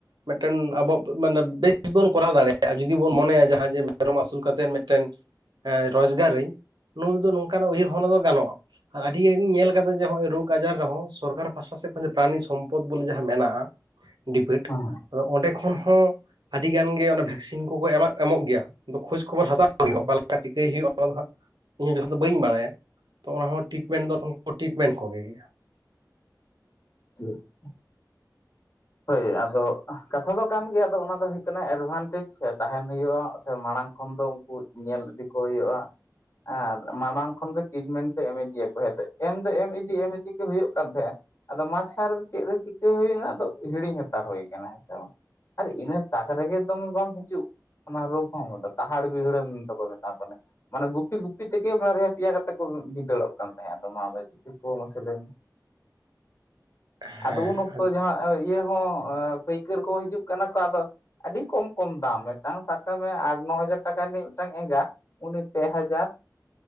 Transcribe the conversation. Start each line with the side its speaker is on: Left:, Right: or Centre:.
Right: ᱢᱤᱫᱴᱮᱱ ᱟᱵᱚ ᱢᱟᱱᱮ ᱵᱮᱥ ᱤᱥ ᱵᱚᱱ ᱠᱚᱨᱟᱣ ᱫᱟᱲᱮᱭᱟᱜᱼᱟ ᱡᱩᱫᱤ ᱵᱚᱱ ᱢᱚᱱᱮᱭᱟ ᱡᱟᱦᱟᱸ ᱡᱮ ᱢᱮᱨᱚᱢ ᱟᱹᱥᱩᱞ ᱠᱟᱛᱮᱫ ᱢᱤᱫᱴᱮᱱ ᱨᱳᱡᱽᱜᱟᱨᱤᱧ ᱱᱩᱭ ᱫᱚ ᱱᱚᱝᱠᱟᱱᱟᱜ ᱩᱭᱦᱟᱹᱨ ᱵᱷᱟᱵᱽᱱᱟ ᱫᱚ ᱜᱟᱱᱚᱜᱼᱟ᱾ ᱟᱨ ᱟᱹᱰᱤ ᱜᱟᱱ ᱜᱤᱧ ᱧᱮᱞ ᱟᱠᱟᱫᱟ ᱡᱮ ᱱᱚᱜ ᱚᱭ ᱨᱳᱜᱽ ᱟᱡᱟᱨ ᱨᱮᱦᱚᱸ ᱥᱚᱨᱠᱟᱨ ᱯᱟᱥᱴᱟ ᱥᱮᱫ ᱠᱷᱚᱱ ᱯᱨᱟᱱᱤ ᱥᱚᱢᱯᱚᱫ ᱵᱚᱞᱮ ᱡᱟᱦᱟᱸ ᱢᱮᱱᱟᱜᱼᱟ᱾
Left: <inaudible>
Right: ᱰᱤᱵᱮᱴ <unintelligible>
Left: ᱦᱮᱸ
Right: ᱟᱫᱚ ᱚᱸᱰᱮ ᱠᱷᱚᱱ ᱦᱚᱸ ᱟᱹᱰᱤ ᱜᱟᱱ ᱜᱮ ᱚᱱᱟ ᱵᱷᱮᱠᱥᱤᱱ ᱠᱚᱠᱚ ᱮᱢᱚᱜ ᱜᱮᱭᱟ ᱠᱷᱳᱡᱽ ᱠᱷᱚᱵᱚᱨ ᱦᱟᱛᱟᱣ ᱦᱩᱭᱩᱜ
Left: ᱦᱮᱸ
Right: ᱚᱠᱟ ᱞᱮᱠᱟ ᱪᱤᱠᱟᱹᱭ ᱦᱩᱭᱩᱜᱼᱟ ᱚᱱᱟ ᱫᱚ ᱦᱟᱸᱜ ᱤᱧ ᱡᱚᱠᱷᱚᱱ ᱵᱟᱹᱧ ᱵᱟᱲᱟᱭᱟ ᱛᱚ ᱚᱱᱟ ᱦᱚᱸ ᱴᱤᱴᱢᱮᱱᱴ ᱫᱚ ᱛᱠᱷᱚᱱ ᱴᱤᱴᱢᱮᱱᱴ ᱠᱚᱜᱮ ᱜᱮᱭᱟ
Left: <unintelligible> ᱦᱳᱭ ᱟᱫᱚ ᱠᱟᱛᱷᱟ ᱫᱚ ᱠᱟᱱ ᱜᱮᱭᱟ ᱟᱫᱚ ᱚᱱᱟ ᱫᱚ ᱦᱩᱭᱩᱜ ᱠᱟᱱᱟ ᱮᱰᱵᱷᱟᱱᱴᱮᱡᱽ ᱛᱟᱦᱮᱱ ᱦᱩᱭᱩᱜᱼᱟ ᱥᱮ ᱢᱟᱲᱟᱝ ᱛᱚᱠᱷᱚᱱ ᱫᱚ ᱩᱱᱠᱩ ᱧᱮᱞ ᱤᱫᱤ ᱠᱚ ᱦᱩᱭᱩᱜᱼᱟ᱾ ᱟᱨ ᱢᱟᱲᱟᱝ ᱠᱷᱚᱱᱟᱜ ᱴᱨᱤᱴᱢᱮᱱᱴ ᱫᱚ ᱮᱢ ᱤᱫᱤᱭᱟᱠᱚ ᱮᱢ ᱫᱚ ᱮᱢ ᱤᱫᱤ ᱮᱢ ᱤᱫᱤ ᱜᱮ ᱦᱩᱭᱩᱜ ᱠᱟᱱ ᱛᱟᱦᱮᱸᱫᱼᱟ᱾ ᱟᱫᱚ ᱢᱟᱪᱟᱨ ᱪᱮᱫ ᱨᱮ ᱪᱤᱠᱟᱹ ᱦᱩᱭᱱᱟ ᱟᱫᱚ ᱦᱤᱲᱤᱧ ᱦᱟᱛᱟᱲ ᱦᱩᱭ ᱟᱠᱟᱱᱟ ᱦᱮᱸ ᱥᱮ ᱵᱟᱝ? ᱟᱨ ᱤᱱᱟᱹ ᱛᱟᱠ ᱨᱮᱜᱮ ᱫᱚᱢᱮ ᱵᱟᱢ ᱦᱤᱡᱩᱜ ᱚᱱᱟ ᱨᱳᱜᱽ ᱦᱚᱸ ᱛᱟᱦᱟᱲ ᱵᱤᱦᱤᱲᱮᱢ ᱫᱚᱠᱚ ᱢᱮᱛᱟᱜ ᱠᱟᱱᱟ ᱢᱟᱱᱮ ᱜᱩᱯᱤ ᱜᱩᱯᱤ ᱛᱮᱜᱮ ᱵᱟᱨᱭᱟ ᱯᱮᱭᱟ ᱠᱟᱛᱮ ᱠᱚ ᱵᱷᱤᱸᱫᱟᱹᱲᱚᱜ ᱠᱟᱱ ᱛᱟᱦᱮᱸᱫ ᱟᱫᱚ ᱱᱚᱣᱟ ᱢᱟᱥᱮ ᱞᱟᱹᱭ ᱢᱮ <unintelligible>
Right: ᱦᱮᱸ
Left: ᱟᱫᱚ ᱩᱱ ᱚᱠᱛᱚ ᱡᱟᱦᱟᱸ ᱤᱭᱟᱹ ᱦᱚᱸ ᱯᱟᱹᱭᱠᱟᱹᱨ ᱠᱚ ᱦᱤᱡᱩᱜ ᱠᱟᱱᱟ ᱠᱚ ᱟᱫᱚ ᱟᱹᱰᱤ ᱠᱚᱢ ᱠᱚᱢ ᱫᱟᱢ ᱢᱤᱫᱴᱟᱝ ᱥᱟᱵ ᱠᱟᱜ ᱢᱮ ᱟᱴ ᱱᱚ ᱦᱟᱡᱟᱨ ᱴᱟᱠᱟ ᱨᱤᱱᱤᱡ ᱢᱤᱫᱴᱟᱝ ᱮᱝᱜᱟ᱾ ᱩᱱᱤ ᱯᱮ ᱦᱟᱡᱟᱨ